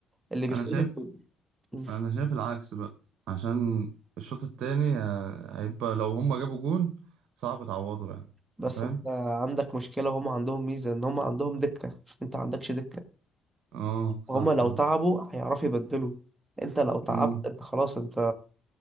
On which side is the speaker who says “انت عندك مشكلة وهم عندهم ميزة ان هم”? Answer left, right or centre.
Right